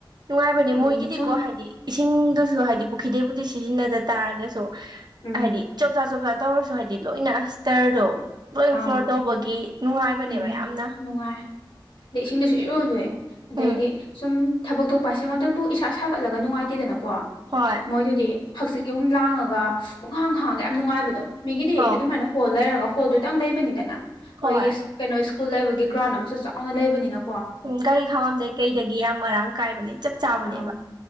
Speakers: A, on the right; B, on the left.
A: ꯅꯨꯡꯉꯥꯏꯕꯅꯦ
B: ꯎꯝ
A: ꯃꯣꯏꯒꯤꯗꯤꯀꯣ
B: ꯁꯨꯝ
A: ꯍꯥꯏꯗꯤ ꯏꯁꯤꯡꯗꯨꯁꯨ ꯍꯥꯏꯗꯤ ꯄꯨꯈ꯭ꯔꯤꯗꯩꯕꯨꯗꯤ ꯁꯤꯖꯤꯟꯅꯗ ꯇꯥꯔꯒꯁꯨ
B: ꯎꯝ
A: ꯍꯥꯏꯗꯤ ꯆꯞ ꯆ ꯆꯞ ꯆ ꯇꯧꯔꯁꯨ ꯍꯥꯏꯗꯤ ꯂꯣꯏꯅ ꯏꯁꯇꯔꯗꯣ ꯂꯣꯏ
B: ꯑꯪ
A: ꯐ꯭ꯂꯣꯔ ꯇꯧꯕꯒꯤ ꯅꯨꯡꯉꯥꯏꯕꯅꯦꯕ
B: ꯎꯝ
A: ꯌꯥꯝꯅ
B: ꯅꯨꯡꯉꯥꯏ ꯑꯗꯩ ꯏꯁꯤꯡꯗꯁꯨ ꯏꯔꯨꯜꯂꯨꯦ ꯑꯗꯩꯗꯤ
A: ꯎꯝ
B: ꯁꯨꯝ ꯊꯕꯛ ꯊꯣꯛꯄ ꯍꯥꯏꯁꯤꯃ ꯃꯇꯝꯗꯨ ꯏꯁꯥ ꯁꯥꯒꯠꯂꯒ ꯅꯨꯡꯉꯥꯏꯇꯦꯗꯅꯀꯣ ꯀꯣ
A: ꯍꯣꯏ
B: ꯃꯣꯏꯗꯨꯗꯤ ꯍꯛꯆꯤꯛ ꯌꯍꯨꯝ ꯂꯥꯡꯉꯒ ꯄꯨꯡꯍꯥꯡ ꯈꯥꯡꯉꯒ ꯌꯥꯝ ꯅꯨꯡꯉꯥꯏꯕꯗꯣ ꯃꯤꯒꯤꯗꯤ
A: ꯑꯣ
B: ꯑꯗꯨꯃꯥꯏꯅ ꯍꯣꯜ ꯂꯩꯔꯒ ꯍꯣꯜꯗꯨꯇꯪ ꯂꯩꯕꯅꯤꯗꯅ
A: ꯍꯣꯏ
B: ꯃꯣꯏꯗꯤ ꯀꯩꯅꯣ ꯁ꯭ꯀꯨꯜ ꯂꯩꯕꯒꯤ ꯒ꯭ꯔꯥꯎꯟ ꯑꯃꯁꯨ ꯆꯥꯎꯅ ꯂꯩꯕꯅꯤꯅ
A: ꯎꯝ ꯒꯥꯔꯤ ꯈꯥꯃꯝꯗꯩ ꯀꯩꯗꯒꯤ ꯌꯥꯝ ꯃꯔꯥꯡ ꯀꯥꯏꯕꯅꯦ ꯆꯞ ꯆꯥꯕꯅꯦꯕ
B: ꯑꯪ